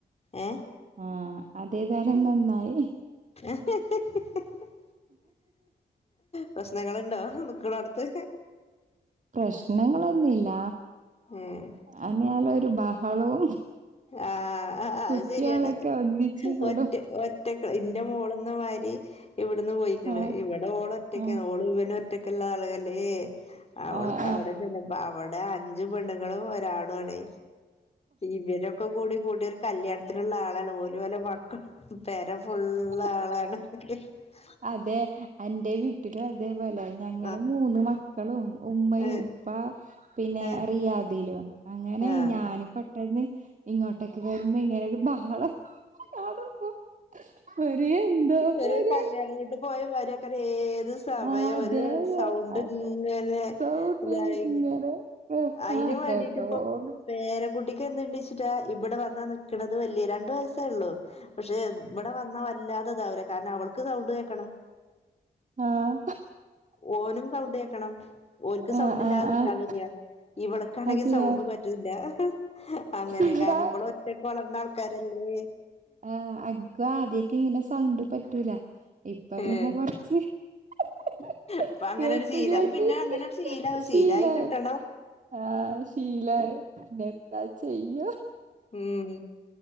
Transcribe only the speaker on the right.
ആ അതേതായാലും നന്നായി
പ്രശ്നങ്ങളൊന്നില്ല
അതിനാല ഒരു ബഹളവും
കുട്ട്യാളൊക്കെ
ഒന്നിച്ച് കൂടും
ആഹ്
ആഹ്
ആഹ്
ആഹ്
അതെ എന്റെ വീട്ടിലും അതേപോലെ ഞങ്ങള്
മൂന്ന് മക്കളും ഉമ്മയും
ഉപ്പ പിന്നെ
റിയാദിലും അങ്ങനെ
ഞാനിപ്പ ന്ന് ഇങ്ങോട്ടേക്ക് വരുമ്പോ ഇങ്ങനെ ബഹളം കാണുമ്പോ ഒരു എന്തോ
പോലെയാണ്
ആഹ് അതെ
അതെ
അതെ
സൗണ്ട്
ഇങ്ങനെ
ആഹ്
കേട്ടോണ്ട്
ആഹ്
ആഹ്
ആഹ്
ആഹ്
അതെയോ
ഇവിടെ
ആ അക്കും ആദ്യൊക്കെ ഇങ്ങനെ സൗണ്ട് പറ്റൂല ഇപ്പ
പിന്നെ കൊറച്ച് ഹ ഹ
കേട്ട്
കേട്ടിട്ട്
ശീലായി
ആ ശീലായി എന്താ ചെയ്യ ഹ